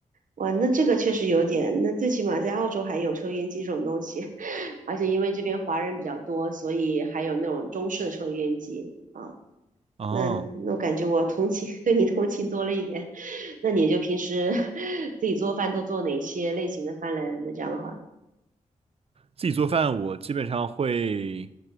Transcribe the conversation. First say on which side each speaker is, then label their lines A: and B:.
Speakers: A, on the right (about 70°); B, on the right (about 45°).
A: 哇，那这个确实有点，那最起码在澳洲还有抽油烟机这种东西，<laughs> 而且因为这边华人比较多，所以还有那种中式的抽油烟机啊。
B: 哦
A: 那那我感觉我同情，对你同情多了一点。那你就平时 <laughs> 自己做饭都做哪些类型的饭嘞？那这样的话，
B: 自己做饭，我基本上会